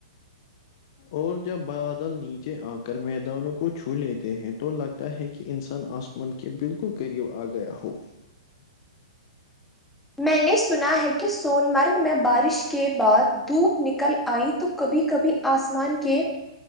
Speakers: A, on the left; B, in the centre.
A: اور جب بادل نیچے آ کر میدانوں کو چھو لیتے ہیں تو لگتا ہے کہ انسان آسما انن کےہ بالکل کرریو آگیا ہو
B: میں نے سنا ہے کہ سون مرگ میں بارش کے بعد دھوپ نکل آئی تو کبھی کبھی آسمان کے